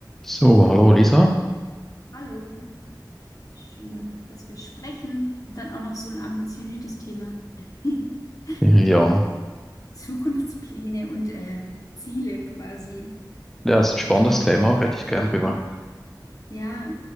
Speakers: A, in the centre; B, on the left (about 50°).
A: So, hallo Lisa.
B: Hallo, schön, dass wir sprechen. Und dann auch noch so ein ambitioniertes Thema. <laughs>
A: Ja,
B: Zukunftspläne und äh, Ziele quasi.
A: ja, ist ein spannendes
B: Ähm,
A: Thema, rede ich gern drüber.
B: ja,